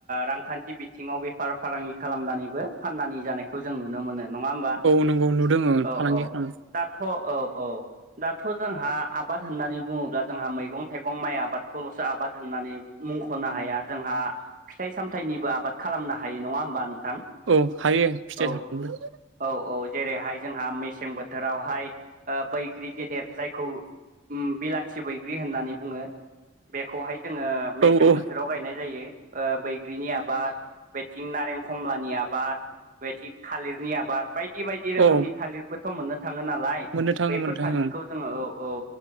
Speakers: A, on the right; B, on the right.
A: रांखान्थि बिथिङाव बेफार फालांगि खालामनानैबो फाननानै जानायखौ जों नुनो मोनो नङा होमबा
B: औ नंगौ नुदों ओं
A: औ
B: फालांगि
A: औ
B: खालाम
A: दाथ' औ औ दाथ' जोंहा आबाद होननानै बुङोब्ला जोंहा मैगं थाइगं माइ आबादखौल'सो आबाद होननानै मुंख'नो हाया जोंहा फिथाइ सामथाइनिबो आबाद खालामनो हायो नङा होमबा नोंथां
B: औ हायो फिथाइ
A: औ
B: सामथायबो
A: औ औ जेरैहाय जोंहा मेसें बोथोरावहाय बैग्रि गेदेर जायखौ बिलाथि बैग्रि होननानै बुङो बेखौहाय जोङो मेसें
B: औ औ
A: बोथोराव गायनाय जायो बैग्रिनि आबाद बेथिं नारें खमलानि आबाद बेबायदि थालिरनि आबाद बायदि बायदि रोखोमनि
B: औ
A: थालिरबोथ' मोननो थाङो नालाय
B: मोननो थाङो
A: बैफोर
B: मोननो थाङो
A: थालिदखौ जोङो औ-औ